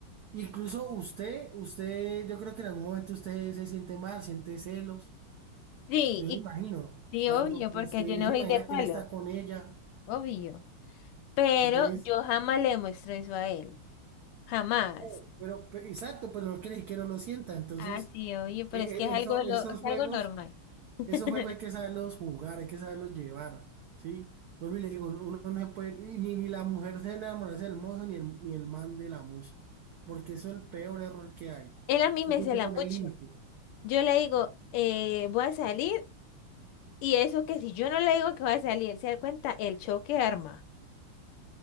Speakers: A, on the right (about 80°); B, on the left (about 85°).
A: Incluso usted, usted, yo creo que en algún momento usted se siente mal, siente celos.
B: sí,
A: Yo
B: y
A: me imagino,
B: sí,
A: cuando
B: obvio, porque
A: usted
B: yo no
A: se
B: soy
A: imagina
B: de palo,
A: que él está con ella,
B: obvio. Pero
A: entonces,
B: yo jamás le muestro eso a él, jamás.
A: oh, pero pe- exacto, pero no quiere decir que no lo sienta. Entonces,
B: Ah, sí, obvio, pero
A: e- e-
B: es que es algo,
A: eso,
B: lo-
A: esos
B: es
A: juegos,
B: algo normal. <laughs>
A: esos juegos hay que saberlos jugar, hay que saberlos llevar, ¿sí? Vuelvo y le digo, uno no se puede, ni, ni ni la mujer se enamorarse del mozo, ni el, ni el man de la musa, porque eso es el peor error que hay.
B: Él a mí
A: Sí,
B: me
A: hay
B: cela
A: que poner
B: mucho.
A: límites.
B: Yo le digo, eh, voy a salir, y eso que si yo no le digo que voy a salir, se da cuenta el choque arma.